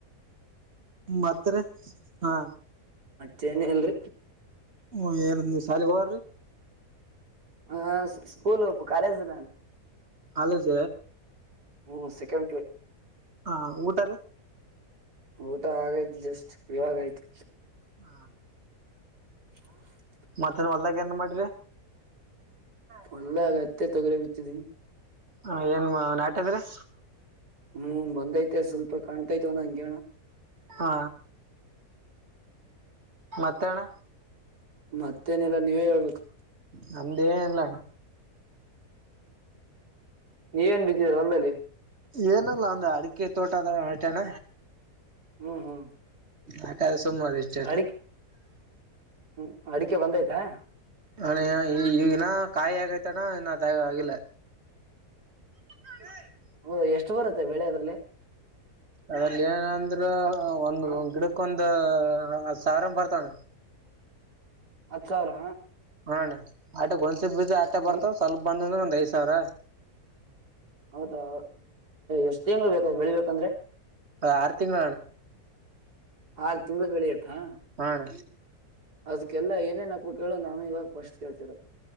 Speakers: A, on the right; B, on the right.
A: ಮಾತ್ರ ಹಾ
B: ಚೇನ ಎಲ್ರಿ
A: ಹ್ಮ ಏನ ನೀ ಶಾಲಿಗ ಹರಿ
B: ಹ ಸ್ಕೂಲ್ ಒಪು ಕಾಲೇಜ್ ನನ್
A: ಹಲಜ
B: ಹ್ಮ್ ಸಕೆಂಡ
A: ಹಾ ಊಟ ರ
B: ಊಟ ಆಗೈತ್ ಜಸ್ಟ್ ಇವಾಗ ಆಯ್ತು
A: ಹ
B: ಹ್ಮ
A: ಮತ್ತನ್ ಹೊಲ್ದಾಗ ಏನ್ ಮಾಡಿ್ರಿ
B: ಹೊಲ್ಲಗ ಅತ್ತೆ ತೊಗ್ರ ಬಿತ್ತಿದಿ
A: ಹ ಏನ್ ನಾಟದ್ರಿ
B: ಹ್ಮ್ ಬಂದೈತೆ ಸ್ವಲ್ಪ ಕಾಣ್ತೈತವ ನ ಹಂಗೇಣ
A: ಹಾ ಮತ್ತೇಣ್ಣ
B: ಮತ್ತೇನಲ್ಲ ನೀವೇ ಹೇಳ್ಬೇಕು
A: ನಮ್ದೇ ಎಲ್ಲ
B: ನೀವೇನ್ ಬಿದ್ದೀರ ಒಮ್ಮೇಲ್ಲಿ
A: ಏನಲ್ಲ ಒಂದು ಅಡಿಕೆ ತೋಟದ ಹೊಟನ
B: ಹ್ಮ್ ಹ್ಮ್
A: ಆ ಕಾಲಸ ಮಾಡಷ್ಟ
B: ಅಡಿಕೆ ಹ್ಮ್ ಅಡಿಕೆ ಬಂದೈತಾ
A: ಹಣ ಈ ಈಗಿನ ಕಾಯಿ ಆಗೈತಾನ ಇ ಆಗಿಲ್ಲ ಹ
B: ಹ ಎಷ್ಟು ಬರುತ್ತೆ ಬೆಳೆದ್ರಲ್ಲಿ
A: ಅದಲ್ಲಿ ಏನಂದ್ರರು ಒಂದು
B: ಹ
A: ಗಿಡಕೊಂದ ಒ ಸಾರಂ ಪರತಾನ
B: ಹತ್ತು ಸಾವಿರ
A: ಹಣ್ಣ ಆಟಗ್ ಒಂದ್ಸಿ ಬಜ್ ಆಟ ಬರ್ತಾವ
B: ಒಂದ್
A: ಸ್ವಲ್ಪ ಬಂದ ಅಂದ್ರೆ ಒಂದ್ ಐದ್ ಸಾವಿರ
B: ಹೌದಾ ಎಷ್ಟ್ ತಿಂಗಳು ಬೇಕ ಬೆಳಿಬೇಕಂದ್ರೆ
A: ಆರು ತಿಂಣ
B: ಆರು ತಿಂಗಳು ಬೆಳಿಯತ್ತಾ
A: ಹ ಅಣ್ಣ
B: ಅದಕ್ಕೆಲ್ಲ ಏನೇನ್ ಹಕ್ಬ ಕೇಳೋ ನಾನು ಇವಾಗ ಫಸ್ಟ್ ಕೇಳ್ತಿರೋದು.